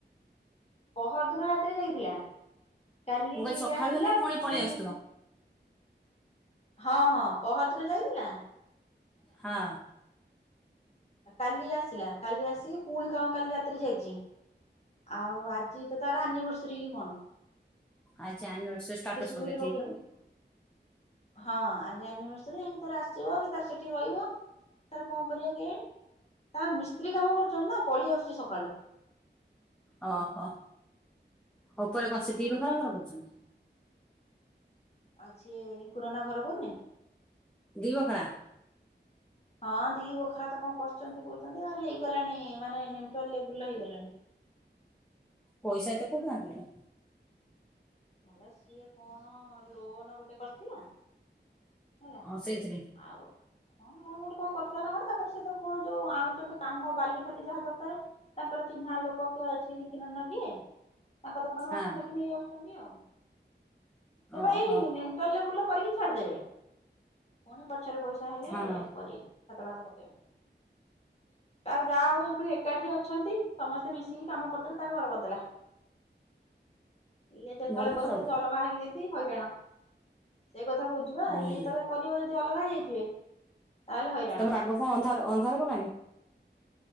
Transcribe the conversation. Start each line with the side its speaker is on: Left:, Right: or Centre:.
Left: ପହର ଦିନ ରାତିରେ ଯାଇଥିଲା କାଲି
Centre: ମୁଁ କହିଲି ସକାଳୁ
Left: ଆସିଲା
Centre: ହେଲେ
Left: ପୁଣି
Centre: ପଳେଇ ଆସୁଥିବ
Left: ହଁ ହଁ ପହର ଦିନ ଯାଇଥିଲା।
Centre: ହଁ।
Left: ଆ କାଲି ଆସିଲା କାଲି ଆସିକି ଫୁଣି କଣ କାଲି ରାତିରେ ଯାଇଚି। ଆଉ ଆଜି ତ ତାର ଆନିଭର୍ସରୀ କି କଣ।
Centre: ଆଜି ଆନିଭର୍ସରୀ ଷ୍ଟାଟସ୍
Left: ଫେସବୁକ୍
Centre: ପକେଇ
Left: ରେ ପକେଇଛନ୍ତି।
Centre: ଥିଲା ତ ଆଉ।
Left: ହଁ ଆଜି ଆନିଭର୍ସରୀ ତାର ଆସିବ କି ତାର ସେଠି ରହିବ। ତାର କଣ କରିବ କେୟାଣି। ତାଙ୍କର ମିସ୍ତ୍ରୀ କାମ କରୁଚନ୍ତି ନା ପଳେଇ ଆସୁଚି ସକାଳୁ।
Centre: ଓହୋ ଉପରେ
Left: ହୁଁ
Centre: କଣ ସେ ଦି ବଖରା ଘର କରୁଚନ୍ତି।
Left: ଆଉ ସିଏ ରିଙ୍କୁ ନନା ଘର କରୁନି।
Centre: ଦି ବଖରା।
Left: ହଁ ଦି ବଖରା ତ କଣ କରୁଚନ୍ତି କୋହୁଚନ୍ତି ତାଙ୍କର ହେଇଗଲାଣି ମାନେ ନିମଟାଲ୍ ଲେବୁଲ୍ ହେଇଗଲାଣି।
Centre: ପଇଷା ଏତେ କୋଉଠୁ ଆଣିଲେ ଲୋ।
Left: ମଲା ସିଏ କଣ ଲୋନ୍ ଗୋଟେ କରିଥିଲା। ହେଲା
Centre: ଓ ସେଇଥିରେ
Left: ଆଉ ହଁ ଲୋନ୍ କଣ କରିଥିଲାନା କଣ ତାପରେ ସେ ତ କଣ ଯୋଉ ଆଣୁଚନ୍ତି କାମ ବାଲି ଫାଲି ଯାହା ଦରକାର। ତାଙ୍କର ଚିହ୍ନା ଲୋକ କିଏ ଅଛି ରିଙ୍କି ନାନାର କିଏ ତାଙ୍କ ଦୋକାନରୁ ବାକି
Centre: ହଁ
Left: ଫାକି ନେଇ ଆସୁଚନ୍ତି ଆଉ ସେ ପା
Centre: ଓହୋ
Left: ଏଇ ନି ମଟାଲ୍ ଲେବୁଲ୍ କରିକି ଛାଡିଦେବେ ପୁଣି ପଛରେ ପଇଷା ହେଲେ
Centre: ହଁ
Left: କରିବେ। ଛାତ ଫାତ ପକେଇବେ ତାର ଯାହା ହୋଉ ଏ <unintelligible> ଏକାଠି ଅଛନ୍ତି ସମସ୍ତେ ମିଶିକି କାମ କରିଦେଲେ ତାର ଘର କରିଦେଲା। ଇଏ ଯେତେବେଳେ
Centre: ଭଲ
Left: କରିବେ
Centre: ଖରାପ
Left: ଯଦି ଅଲଗା ହେଇଯାଇ ଥିବେ ହଇରାଣ। ସେଇ କଥା କୋହୁଚିପା
Centre: ହୁଁ।
Left: ଇଏ ଯେତେବେଳେ କରିବ ଯଦି ଅଲଗା ହେଇଯାଇଥିବେ। ତାହେଲେ ହଇରାଣ।
Centre: ତମେ ତ ଆଗ କଣ ଅନ୍ଧାର ଅନ୍ଧାର କଲାଣି।